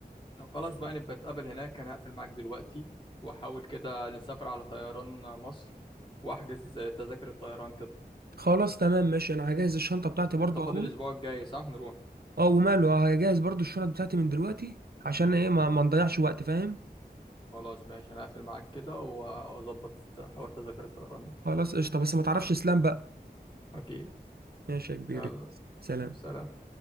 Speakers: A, on the left; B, on the right.
A: لو خلاص بقى نبقى نتقابل هناك انا هقفل معاك دلوقتي واحاول كده نسافر على طيران مصر واحجز تذاكر الطيران كده
B: خلاص تمام ماشي انا هجهز الشنطة بتاعتي برضه
A: انت فاضي
B: اهو
A: الاسبوع الجاي صح نروح
B: اه وماله هجهز برضو الشنط بتاعتي من دلوقتي عشان ايه ما, ما نضيعش وقت فاهم
A: خلاص ماشي انا هقفل معاك كده واظبط حوار تذاكر الطيران ده.
B: خلاص قشطه بس ما تعرفش اسلام بقى
A: اكيد
B: ماشي يا كبير
A: يلا
B: سلام
A: سلام